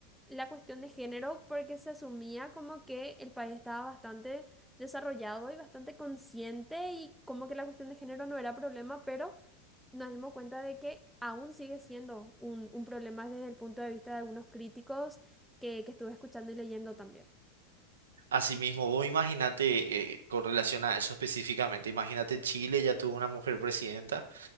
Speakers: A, in the centre; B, on the right (about 85°).
A: la cuestión de género porque se asumía como que el país estaba bastante desarrollado y bastante consciente y como que la cuestión de género no era problema, pero nos dimos cuenta de que aún sigue siendo un, un problema desde el punto de vista de algunos críticos que, que estuve escuchando y leyendo también.
B: Asimismo, vos imagínate, eh, con relación a eso específicamente, imagínate Chile ya tuvo una mujer presidenta